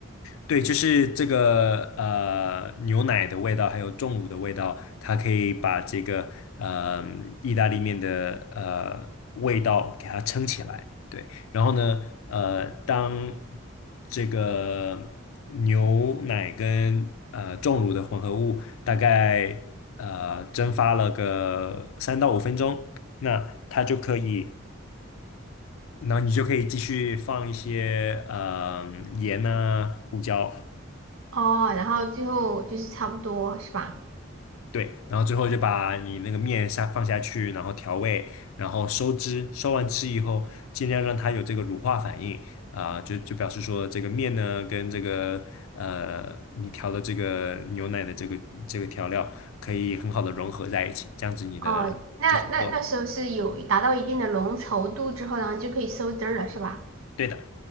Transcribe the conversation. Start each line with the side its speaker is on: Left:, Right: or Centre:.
Left: 对，就是这个呃牛奶的味道，还有重乳的味道，它可以把这个呃意大利面的呃味道给它撑起来。对，然后呢，呃，当这个牛奶跟呃重乳的混合物大概呃蒸发了个三到五分钟，那它就可以，那你就可以继续放一些呃盐啊、胡椒。
Right: 哦，然后最后就是差不多是吧？
Left: 对，然后最后就把你那个面下放下去，然后调味，然后收汁，收完汁以后，尽量让它有这个乳化反应啊、就就表示说这个面呢跟这个呃你调的这个牛奶的这个这个调料可以很好的融合在一起，这样子你的就差不多了。
Right: 哦，那那那时候是有达到一定的浓稠度之后，然后就可以收汁儿了是吧？
Left: 对的，